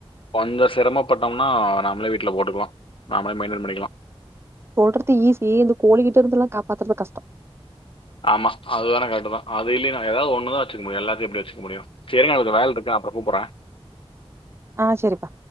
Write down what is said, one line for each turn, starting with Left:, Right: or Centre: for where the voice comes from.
Left: கொஞ்ச சிரமப்பட்டோம்னா நம்மளே வீட்ல போட்டுக்கலா நம்மளே மெயின்டண் பண்ணிக்கலா
Right: சொல்றது ஈஸி இந்த கோழி கிட்டருந்தல்லா காப்பாத்துறது கஷ்டோ
Left: ஆமா அதுவேன கரைக்டுதா அது இல்லைனா ஏதாவது ஒண்ணுத வச்சிக்க முடியு எல்லாத்தையு எப்டி வச்சிக்க முடியு செரி இரு நா ஒரு வேலலருக்கு அப்ற கூப்பட்ற
Right: ஆ செரிப்பா